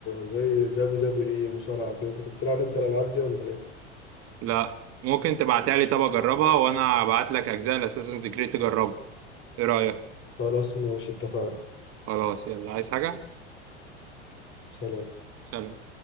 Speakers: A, on the left (about 35°); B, on the right (about 45°).
A: زي دبليو دبليو اي مصارعة كده كنت بتلعب انت الالعاب دي ولا ايه؟
B: لا ممكن تبعتها لي طب اجربها وانا ابعت لك اجزاء الاساسنز كريد تجربها ايه رايك
A: خلاص ماشي اتفقنا
B: خلاص يلا عايز حاجه
A: سلام
B: سلام